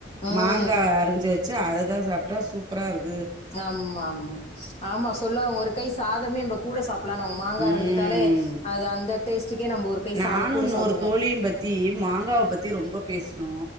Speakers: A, on the left; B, on the right.
A: ம்
B: மாங்காய் அரிஞ்சு வச்சு அததா சாப்ட்டா சூப்பரா இருக்
A: ஆம்மா ஆமா ஆமா சொல்ல ஒரு கை சாதமே ந கூட சாப்பலா மாங்கா
B: ம்
A: இருந்துட்டாலே அது அந்த டேஸ்ட்டுக்கே நம்ம ஒரு கை
B: நானு
A: சாதம் கூட
B: இன்னொரு
A: சாப்பிடுவோம்
B: தோழியு பத்தி மாங்காவ பத்தி ரொம்ப பேசுனோ